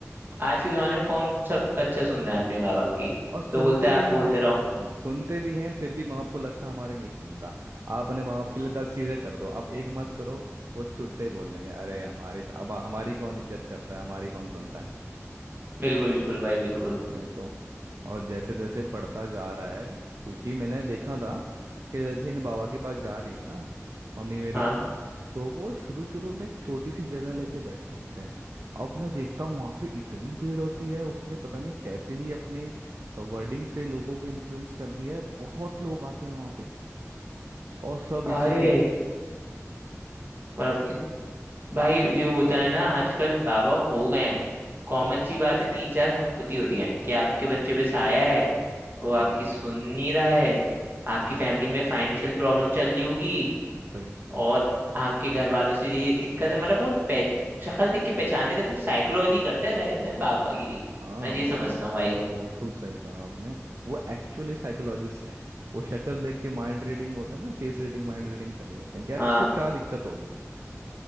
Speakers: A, on the right (about 40°); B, on the right (about 60°).
A: आज के ज़माने में कौन सब बच्चा सुनना है अपने माँ बाप
B: हाँ
A: की
B: और सुनते
A: तो बोलता
B: भी
A: है आप बोलते
B: हैं
A: रहो
B: हम्म, सुनते भी हैं फिर भी माँ बाप को लगता है हमारे नहीं सुनता आप अपने माँ बाप के लिए दस चीजें कर दो आप एक मत करो वो छूटते ही बोल देंगे अरे हमारे अब हमारी कौन इज्जत करता है हमारी कौन सुनता है
A: बिल्कुल बिल्कुल भाई बिल्कुल
B: वही तो और जैसे जैसे बढ़ता जा रहा है क्योंकि मैंने देखा था कि जिन बाबा के पास जा रही है ना मम्मी मेरी
A: हाँ
B: तो वो शुरू शुरू में एक छोटी सी जगह लेके बैठे हुए थे अब मैं देखता हूँ वहाँ पे इतनी भीड़ होती है उसने पता नहीं कैसे ही अपने वर्डिंग से लोगों को इन्फ्लुएंस कर दिया है बहुत लोग आते हैं वहाँ पे और सब इसीलिए
A: अरे मतलब भाई जो होता है ना आजकल बाबा हो गए हैं कॉमन सी बातें तीन चार होती होती हैं कि आपके बच्चे पे साया है वो आपकी
B: हम्म
A: सुन नहीं रहा है आपकी फैमिली में फाइनेंशियल प्रॉब्लम चल रही होगी
B: वही
A: और आपके घर वालों से ये दिक्कत है मतलब वो पह, शक्ल देख के पहचान लेते हैं, वो साइकोलॉजी करता है rather than
B: हम्म
A: बाबागिरी
B: हाँ
A: मैं ये
B: वो
A: समझता
B: ऐस-
A: हूँ भाई
B: बिल्कुल सही कहा आपने वो एक्चुअली साइकोलॉजिस्ट हैं वो शक्ल देख के माइंड रीडिंग बोलते हैं ना फेस रीडिंग माइंड रीडिंग कर लेते हैं कि यार
A: हाँ
B: इसको क्या दिक्कत होगी